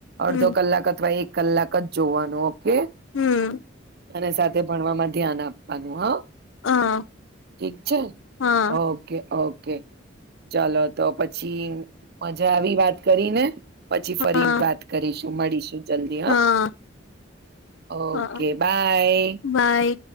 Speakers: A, on the left; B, on the right.
A: હમ
B: અડધો કલાક અથવા એક. કલાક જ જોવાનું ઓકે.
A: હમ્મ
B: અને સાથે ભણવામાં ધ્યાન આપવાનું હા.
A: હા.
B: ઠીક છે
A: હા
B: ઓકે ઓકે. ઓકે ચાલો. તો પછી. મજા આવી વાત કરી ને. પછી ફરી
A: હા
B: વાત કરીશ. મળીશુ જલ્દી હ,
A: હા
B: Okay
A: હા.
B: bye.
A: બાય.